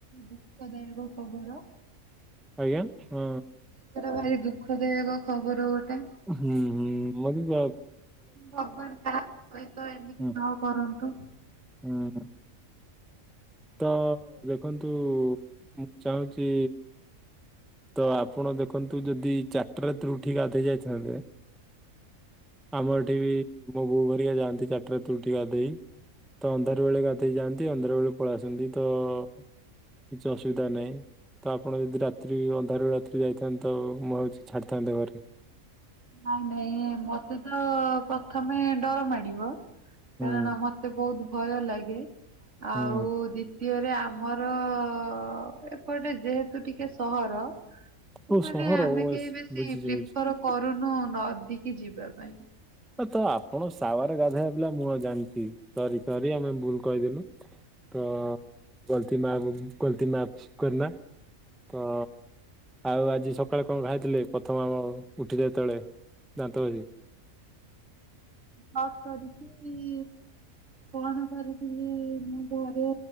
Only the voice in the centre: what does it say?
ଆଜ୍ଞା? ହଁ
ହୁଁ ହୁଁ ଭଲକି
ହୁଁ
ହୁଁ। ତ ଦେଖନ୍ତୁ ମୁଁ ଚାହୁଁଚି ତ ଆପଣ ଦେଖନ୍ତୁ ଯଦି ଚାରିଟା ରାତିରୁ ଉଠିକି ଗାଧୋଇ ଯାଇଥାନ୍ତେ ଆମର ଏଠି ବି ମୋ ବୋଉ ଘେରିକା ଯାଆନ୍ତି ଚାରିଟା ରାତିରୁ ଉଠିକି ଗାଧେଇ। ତ ଅନ୍ଧାର ବେଳେ ଗାଧୋଇ ଯାଆନ୍ତି ଅନ୍ଧାର ବେଳେ ପଳେଇ ଆସନ୍ତି ତ କିଛି ଅସୁବିଧା ନାହିଁ। ତ ଆପଣ ଯଦି ରାତ୍ରି ଅନ୍ଧାରରୁ ରାତ୍ରି ଯାଇଥାନ୍ତ ତ ମୁଁ ହେଉଛି ଛାଡ଼ିଥାନ୍ତେ ଘରେ।
ହୁଁ
ହୁଁ
ଓ
ସହର
ବୁଝୁଛି
ବୁଝୁଛି
ତ ଆପଣ ସାୱରେ ଗାଧୋଇବା ପିଲା ମୁଁ ଆ ଜାଣିଛି ସରି ସରି ଆମେ ଭୁଲ କହିଦେଲୁ। ତ ଗଳତି ମାପ ଗଲତୀ ମାପ କରନା ତ ଆଉ ଆଜି ସକାଳେ କଣ ଖାଇଥିଲେ ପ୍ରଥମ ଆମ ଉଠିଲେ ଯେତେବେଳେ ଦାନ୍ତ ଘସିକି?